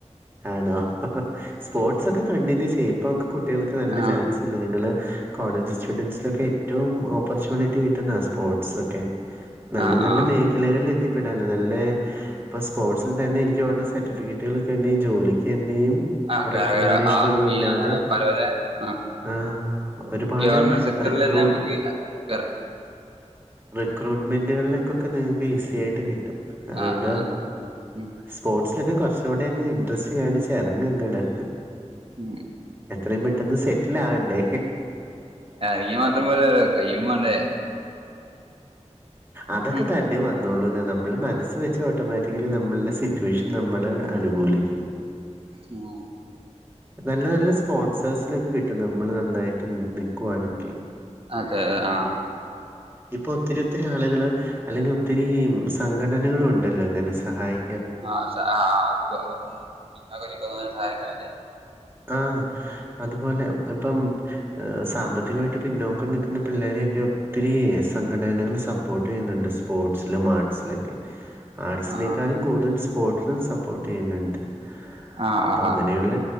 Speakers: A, on the right; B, on the right.
A: ആണോ സ്പോർട്സ് ഒക്കെ കണ്ടിന്യൂ ചെയ്യപ്പ ഒക്കെ കുട്ടികൾക്ക് നല്ല
B: ആ
A: ചാൻസ്ല്ലേ നിങ്ങള് കോളേജ് സ്റ്റുഡന്റസിലൊക്കെ ഏറ്റവും ഓപ്പർച്യൂണിറ്റി കിട്ടുന്ന സ്പോർട്സ് ഒക്കെ നല്ല
B: ആ
A: നല്ല
B: ആ
A: മേ ചിലകളിൽ എത്തിപ്പെടാനല്ലോ നല്ല ഇപ്പൊ സ്പോർട്സിൽ തന്നെ എനിക്ക് തോന്നുണു സർട്ടിഫിക്കറ്റുകൾൊക്കെ ഉണ്ടെ ജോലിക്കന്നെയും
B: ആ കേറ
A: റെക്കമെന്റേഷനന്നും
B: കേറ ആർമി
A: ഇല്ലാതെ
B: അങ്ങനെ പല പല ആ
A: ആഹ് ഒരുപാട്
B: ഗവൺമെന്റ് സെക്ടറിലെല്ലാം
A: റിക്രൂട്ട്
B: നമുക്ക് കേറാം
A: റിക്രൂട്ട്മെൻ്കളിലേക്കൊക്കെ നിങ്ങൾക്ക് ഈസി ആയിട്ട് കിട്ടും അതുകൊണ്ട്
B: ആ ആ അതാ. ഉം.
A: സ്പോർട്സിലൊക്കെ കുറച്ചുകൂടെ അങ്ങ് ഡ്രസ്സ്‌ കാണിച്ച ഇറങ്ങങ്ങനെ
B: ഉം.
A: എത്രയും പെട്ടെന്ന് സെറ്റിൽ ആകണ്ടേ
B: എറങ്ങിയ മാത്രം പോലല്ലോ കയ്യും വാണ്ടേ
A: അതൊക്കെ
B: ഉം.
A: തന്നെ വന്ന നമ്മുടെ മനസ്സ് വെച്ച് ഓട്ടോമാറ്റിക്കലി നമ്മളുടെ സിറ്റുവേഷൻ നമ്മള് അനുകൂലിക്കും
B: ഉം
A: നല്ല നല്ല സ്പോൺസേഴ്സിനൊക്കെ കിട്ടും നമ്മള് നന്നായിട്ട് നൽക്കുവാണെങ്കിൽ
B: അതെ ആഹ്
A: ഇപ്പൊ ഒത്തിരി ഒത്തിരി ആളുകള് അല്ലെങ്കിൽ ഒത്തിരി സംഘടനകളും ഉണ്ടല്ലോ ഇങ്ങനെ സഹായി
B: ആഹ് ആ <unintelligible> സഹായിക്കണംല്ലേ
A: ആഹ് അതുപോലെ ഇപ്പം സാമ്പത്തികമായിട്ട് പിന്നോക്കം നിൽക്കുന്ന പിള്ളോരെയൊക്കെ ഒത്തിരി സംഘടനകൾ സപ്പോർട്ട് ചെയ്യുന്നുണ്ട് സ്പോർട്സിലും ആർട്സിലൊക്കെ ആർട്സിനെക്കാളും
B: ആ
A: കൂടുതൽ സ്പോർട്സിലും സപ്പോർട്ട് ചെയ്യുന്നുണ്ട്
B: ആ ആ
A: അപ്പൊ
B: ആ
A: അങ്ങനെയുള്ള